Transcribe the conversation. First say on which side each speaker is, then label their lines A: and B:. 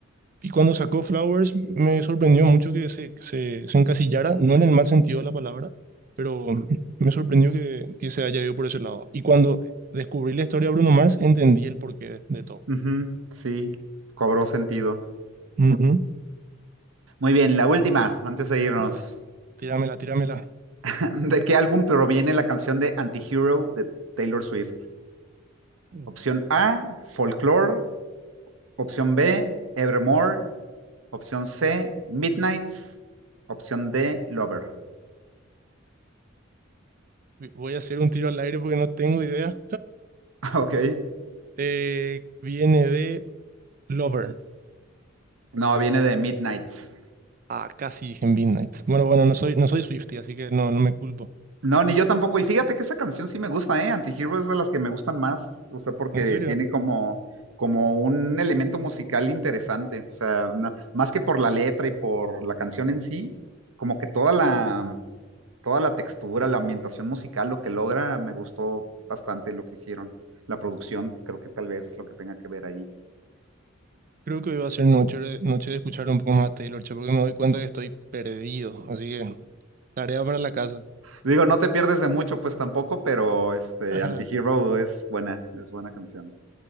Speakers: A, on the right; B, on the right.
A: Y cuando sacó Flowers, me sorprendió mucho que se, se, se encasillara, no en el mal sentido de la palabra, pero <laughs> me sorprendió que, que se haya ido por ese lado. Y cuando descubrí la historia de Bruno Mars, entendí el porqué de todo.
B: ujú, sí, cobró sentido.
A: Ujú.
B: Muy bien, la última, antes de irnos.
A: Dale, tíramela, tíramela.
B: <laughs> ¿De qué álbum proviene la canción de Antihero de Taylor Swift?
A: Uh,
B: Opción A, Folklore. Opción B, Evermore. Opción C, Midnights. Opción D, Lover.
A: Voy a hacer un tiro al aire porque no tengo idea.
B: <laughs> Ok.
A: Eh, viene de Lover.
B: No, viene de Midnights.
A: Ah, casi dije en Midnight. Bueno, bueno, no soy, no soy Swiftie, así que no, no me culpo.
B: No, ni yo tampoco. Y fíjate que esa canción sí me gusta, ¿eh? Antihero es de las que me gustan más, o sea, porque
A: ¿En serio?
B: tiene como, como un elemento musical interesante, o sea, no- más que por la letra y por la canción en sí, como que toda la, toda la textura, la ambientación musical, lo que logra, me gustó bastante lo que hicieron. La producción, creo que tal vez es lo que tenga que ver ahí.
A: Creo que hoy va a ser noche, de- noche de escuchar un poco más a Taylor, che, porque me doy cuenta que estoy perdido. Así que, tarea para la casa.
B: Digo, no te pierdes de mucho, pues tampoco, pero este,
A: <laughs>
B: Antihero es buena, es buena canción.